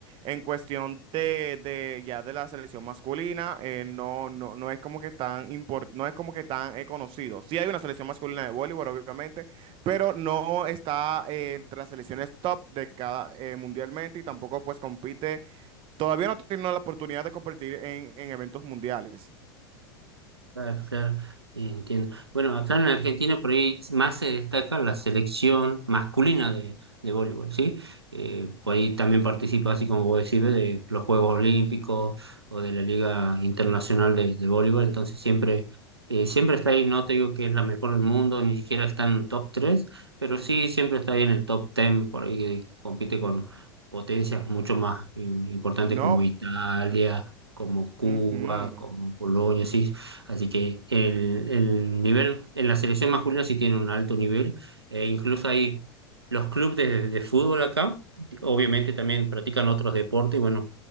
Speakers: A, on the right; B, on the right.
A: En cuestión de, de ya de la selección masculina, eh, no, no, no es como que tan impor- no es como que tan eh, conocido. Sí hay una selección masculina de voleibol, obviamente, pero no está eh, entre las selecciones top de cada eh, mundialmente y tampoco pues compite. Todavía no tiene la oportunidad de competir en, en eventos mundiales.
B: Claro, claro, entiendo. Bueno, acá en Argentina por ahí más se destaca la selección masculina de, de voleibol, ¿sí? Eh, por ahí también participa, así como vos decís, de los Juegos Olímpicos o de la Liga Internacional de, de Voleibol, entonces siempre, eh, siempre está ahí, no te digo que es la mejor del mundo, ni siquiera está en el top 3, pero sí siempre está ahí en el top 10, por ahí que compite con potencias mucho más eh, importantes
A: No,
B: como Italia, como Cuba,
A: ujú.
B: como Polonia, sí Así que el, el nivel en la selección masculina sí tiene un alto nivel. e incluso hay los clubes de, de fútbol acá, obviamente también practican otros deportes. Bueno,